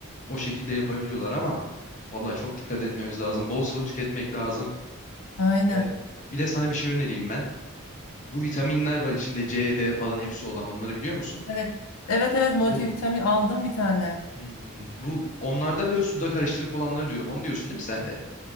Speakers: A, on the left; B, on the left.
A: o şekilde yapabiliyorlar ama vallahi çok dikkat etmemiz lazım. Bol sıvı tüketmek lazım.
B: Aynen.
A: Ee, bir de sana bir şey önereyim ben. Bu vitaminler var içinde C, D falan hepsi olan onları biliyor musun?
B: Evet. Evet evet multivitamin
A: Bu
B: aldım bir tane.
A: hmm, bu onlarda böyle suda karıştırıp olanları diyorum. Onu diyorsun değil mi sen de?